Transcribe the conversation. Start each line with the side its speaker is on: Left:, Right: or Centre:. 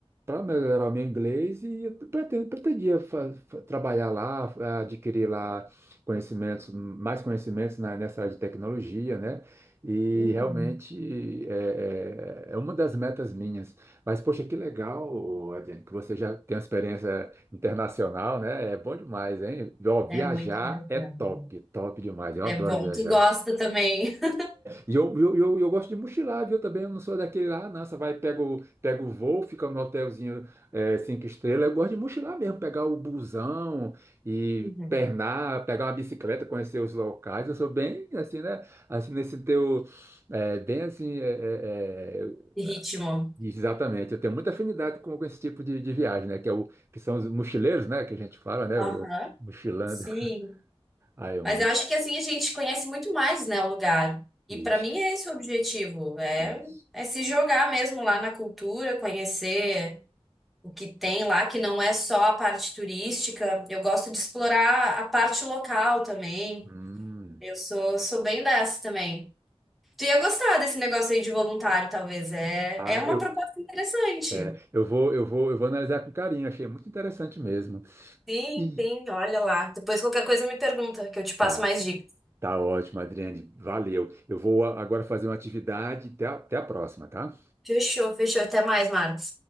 Right: para melhorar o meu inglês e eu pretendo, pretendia fa- fa- trabalhar lá, fa- adquirir lá conhecimentos, mais conhecimentos na- nessa área de tecnologia, né? E
Centre: Uhum.
Right: realmente é, é- é uma das metas minhas. Mas, poxa, que legal, Adriano, que você já tem uma experiência internacional, né? É bom demais, hein? Ó, viajar
Centre: É muito legal.
Right: é top, top demais. Eu
Centre: É
Right: adoro
Centre: bom,
Right: viajar.
Centre: tu gosta também. <laughs>
Right: E eu, eu, eu, eu gosto de mochilar, viu? Também eu não sou daquele lá, nossa, vai, pega o, pega o voo, fica no hotelzinho é, cinco estrelas. Eu gosto de mochilar mesmo, pegar o busão e
Centre: Uhum.
Right: pernar, pegar uma bicicleta, conhecer os locais. Eu sou bem assim, né? Assim, nesse teu. é, bem assim. é, é, é,
Centre: Ritmo.
Right: exatamente. Eu tenho muita afinidade com, com esse tipo de, de viagem, né? Que, é o, que são os mochileiros, né? Que a gente fala, né?
Centre: Aham.
Right: O mochilando.
Centre: Sim,
Right: <laughs> Ah, é
Centre: mas
Right: muito.
Centre: eu acho que assim a gente conhece muito mais, né, o lugar. E
Right: Isso,
Centre: para mim é esse o objetivo, é,
Right: isso.
Centre: é se jogar mesmo lá na cultura, conhecer o que tem lá, que não é só a parte turística. Eu gosto de explorar a parte local também.
Right: Hum.
Centre: Eu sou, sou bem dessa também. Tu ia gostar desse negócio aí de voluntário, talvez. É,
Right: Ah,
Centre: é uma
Right: eu,
Centre: proposta interessante.
Right: É, eu vou, eu vou, eu vou analisar com carinho, achei muito interessante mesmo.
Centre: Sim,
Right: E
Centre: sim, olha lá. Depois qualquer coisa me pergunta, que eu te passo
Right: tá,
Centre: mais dicas.
Right: tá ótimo, Adriane, valeu. Eu vou a- agora fazer uma atividade, até a, até a próxima, tá?
Centre: Fechou, fechou. Até mais, Marcos.